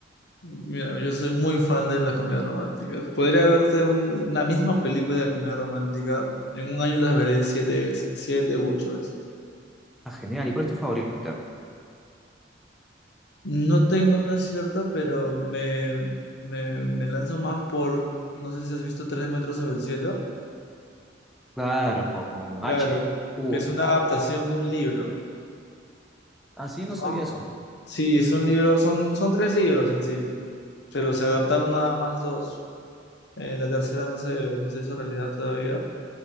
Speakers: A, on the left (about 65°); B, in the centre.
A: Mira, yo soy muy fan de las comedias románticas. Podría verte un- una misma película de comedia romántica, en un año las veré siete veces, siete u ocho veces.
B: Ah, genial, ¿y cuál es tu favorita?
A: No tengo una cierta, pero me, me, me lanzo más por, no sé si has visto Tres metros sobre el cielo.
B: Claro, con
A: Claro,
B: H, Hugo.
A: que es una adaptación de un libro.
B: Ah, sí, no sabía
A: ¿no?
B: eso.
A: Sí, es un libro, son, son tres libros en sí, pero se adaptaron nada más dos. Eh, la tercera no se, no se hizo realidad todavía,